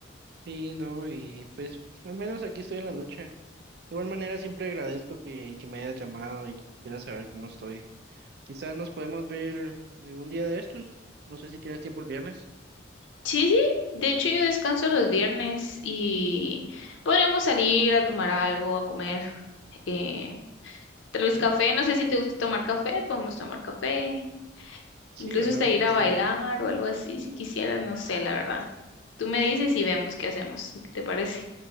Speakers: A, on the right (about 55°); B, on the left (about 75°).
A: Sí, no, y pues al menos aquí estoy en la lucha. De igual manera, siempre agradezco que, que me hayas llamado y quieras saber cómo estoy. Quizás nos podemos ver eh, un día de estos. No sé si tienes tiempo el viernes.
B: Sí, sí, de hecho yo descanso los viernes y podríamos salir a tomar algo, a comer. eh, tal vez
A: ¿No?
B: café, no sé si te gusta tomar café, podemos tomar café.
A: Sí,
B: Incluso
A: ¿verdad?
B: hasta
A: Un
B: ir
A: pastel.
B: a bailar o algo así, si quisieras, no sé, la verdad. Tú me dices y vemos qué hacemos, ¿te parece?